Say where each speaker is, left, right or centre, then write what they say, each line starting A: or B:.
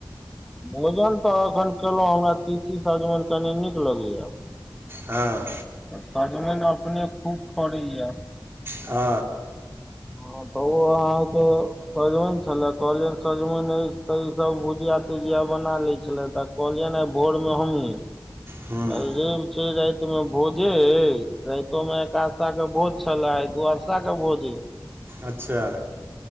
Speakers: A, in the centre; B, on the right.
A: भोजन तऽ एखन केलौ, हमरा तीसी सजमैन कनि नीक लगैयऽ।
B: हँ।
A: सजमैन अपने खूब फड़ैयऽ।
B: अ।
A: हँ, तऽ ओ अहाँ के सजमैन छले कहलियैन सजमैन ऐछ तऽ ई सब भुजिया -तुजिया बना लै छेलैथऽ। कहलिऐन हें, भोर मे हमहु,
B: ह्म
A: आइ रैब फेर रैत मे भोजे ऐ, रैतो मे एकादशा के भोज छलऽ, आइ द्वादशा के भोजे ऐ।
B: अच्छा।